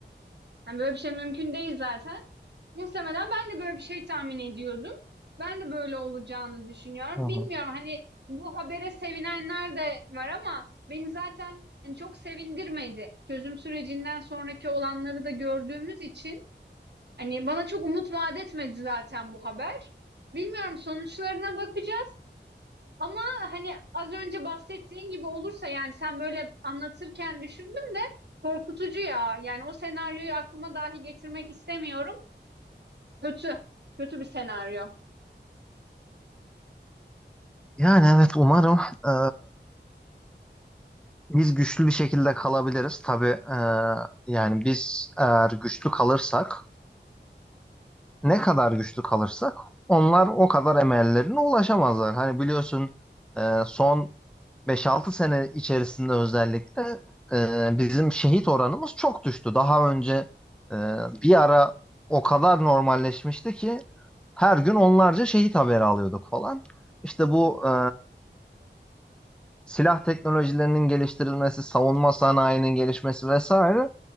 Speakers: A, on the right (about 65°); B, in the centre.
A: Yani böyle bir şey mümkün değil zaten. Muhtemelen ben de böyle bir şey tahmin ediyordum. Ben de böyle olacağını düşünüyorum.
B: Hı hı.
A: Bilmiyorum hani bu habere sevinenler de var ama beni zaten hani çok sevindirmedi. Çözüm sürecinden sonraki olanları da gördüğümüz için hani bana çok umut vaat etmedi zaten bu haber. Bilmiyorum sonuçlarına bakacağız. Ama hani az önce bahsettiğin gibi olursa yani sen böyle anlatırken düşündüm de korkutucu ya. Yani o senaryoyu aklıma dahi getirmek istemiyorum. Kötü. Kötü bir senaryo.
B: Yani evet umarım e, biz güçlü bir şekilde kalabiliriz. Tabii e, yani biz eğer güçlü kalırsak ne kadar güçlü kalırsak onlar o kadar emellerine ulaşamazlar. Hani biliyorsun e, son beş altı sene içerisinde özellikle e, bizim şehit oranımız çok düştü. Daha önce e, bir ara o kadar normalleşmişti ki her gün onlarca şehit haberi alıyorduk falan. İşte bu
A: Hı hı.
B: e, silah teknolojilerinin geliştirilmesi, savunma sanayinin gelişmesi vesaire